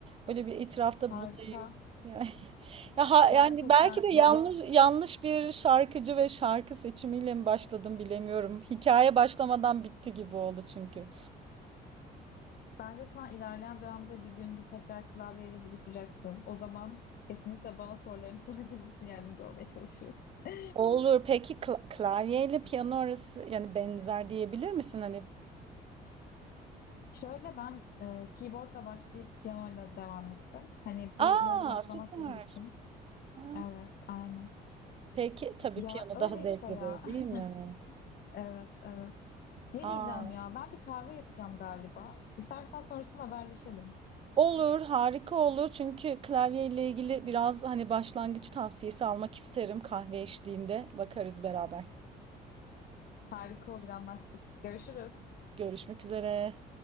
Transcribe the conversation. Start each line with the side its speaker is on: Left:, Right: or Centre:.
Right: öyle bir itirafta
Left: harika.
Right: bulunayım. Yani. Ya ha-
Left: Gerçekten
Right: yani belki de yanlış
Left: ya
Right: yanlış bir şarkıcı ve şarkı seçimiyle mi başladım bilemiyorum. Hikaye başlamadan bitti gibi oldu çünkü.
Left: Bence sen ilerleyen dönemde bir gün bir tekrar klavyeyle buluşacaksın. O zaman kesinlikle bana sorularını <laughs> sorabilirsin, yardımcı olmaya çalışırım. <laughs>
Right: Olur. Peki kla klavyeyle piyano arası yani benzer diyebilir misin hani?
Left: Şöyle ben e, keyboardla başlayıp piyanoyla devam ettim. Hani bir
Right: Aa,
Left: level atlamak
Right: süper.
Left: gibi düşün.
Right: Ha.
Left: Evet, aynen.
Right: Peki tabii
Left: Ya
Right: piyano
Left: öyle
Right: daha zevklidir
Left: işte ya.
Right: değil mi?
Left: <laughs> Evet, evet. Ne
Right: Aa,
Left: diyeceğim ya? Ben bir kahve yapacağım galiba. İstersen sonrasında haberleşelim.
Right: olur, harika olur. Çünkü klavyeyle ilgili biraz hani başlangıç tavsiyesi almak isterim kahve eşliğinde. Bakarız beraber.
Left: Harika olur, anlaştık. Görüşürüz.
Right: Görüşmek üzere.